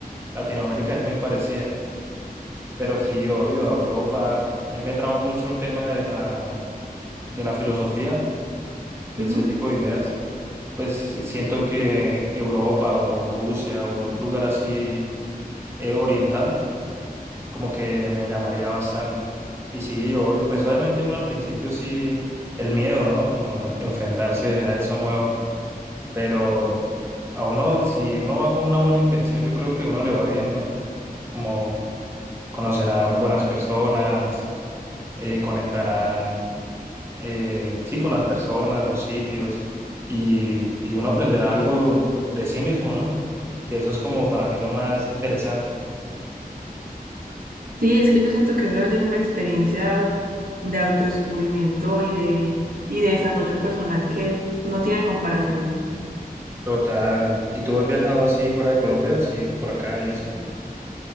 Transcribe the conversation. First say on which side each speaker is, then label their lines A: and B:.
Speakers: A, on the right; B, on the right.
A: Latinoamérica es muy parecida. Pero sí, obvio, a Europa. A mí me traba mucho el tema de la, de la filosofía de
B: Ujú.
A: ese tipo de ideas, pues siento que Europa o Rusia o un lugar así eh, oriental, como que me llamaría bastante. Y sí, yo, obvio, pues obviamente uno al principio sí, el miedo, ¿no? Como enfrentarse a eso nuevo, pero a uno, si uno va con una buena intención, yo creo que uno le va bien, ¿no? Como conocer a buenas personas, eh, conectará eh, sí, con las personas, los sitios, y, y uno aprenderá algo de sí mismo, ¿no? Que eso es como para mí lo más interesante.
B: Sí, es que yo siento que eso debe ser una experiencia de autodescubrimiento y de, y de desarrollo personal que no tiene comparación.
A: Total. ¿Y tú has viajado así fuera de Colombia, así por acá y eso?